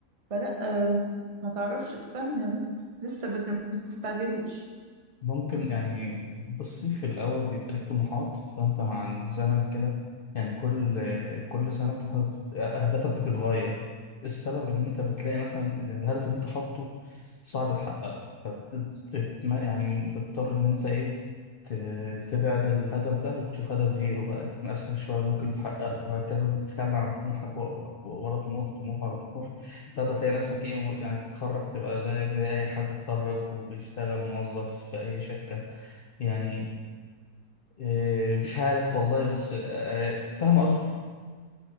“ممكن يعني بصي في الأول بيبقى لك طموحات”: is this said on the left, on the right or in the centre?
Left